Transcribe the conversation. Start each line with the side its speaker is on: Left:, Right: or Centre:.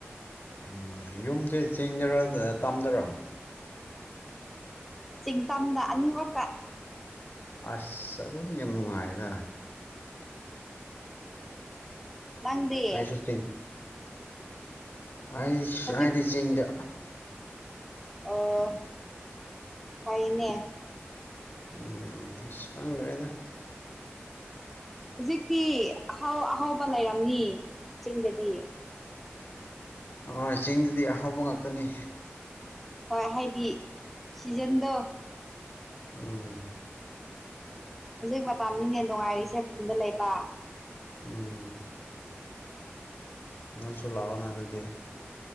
Left: ꯎꯝ ꯌꯨꯝꯁꯦ ꯆꯤꯡꯗꯔꫭ ꯇꯥꯝꯗꯔꯣ
Centre: ꯆꯤꯡ ꯇꯥꯝꯗ ꯑꯅꯤꯃꯛꯇꯥ
Left: ꯑꯁ ꯑꯗꯨꯗꯤ ꯌꯥꯝ ꯅꯨꯡꯉꯥꯏꯗ
Centre: ꯅꯪꯗꯤ
Left: ꯑꯩꯁꯨ ꯆꯤꯡ ꯍꯥꯏꯁꯨ
Centre: ꯍꯧꯖꯤꯛ
Left: ꯍꯥꯏꯗꯤ ꯆꯤꯡꯗ
Centre: ꯑꯣ ꯐꯩꯅꯦ꯫
Left: ꯎꯝ ꯑꯁ ꯈꯪꯗ꯭ꯔꯦꯗꯥ
Centre: ꯍꯧꯖꯤꯛꯇꯤ ꯑꯍꯥꯎ ꯑꯍꯥꯎꯕ ꯂꯩꯔꯝꯅꯤ ꯆꯤꯡꯗꯗꯤ꯫
Left: ꯑ ꯆꯤꯡꯗꯨꯗꯤ ꯑꯍꯥꯎꯕ ꯉꯥꯛꯇꯅꯤ꯫
Centre: ꯍꯣꯏ ꯍꯥꯏꯗꯤ ꯁꯤꯖꯟꯗꯣ
Left: ꯎꯝ꯫
Centre: ꯍꯧꯖꯤꯛ ꯃꯇꯝꯅꯤꯅꯦ ꯅꯨꯡꯉꯥꯏꯔꯤꯁꯦ ꯈꯨꯟꯗ ꯂꯩꯕ꯫
Left: ꯎꯝ꯫ ꯅꯪꯁꯨ ꯂꯥꯛꯑꯣꯅ ꯑꯗꯨꯗꯤ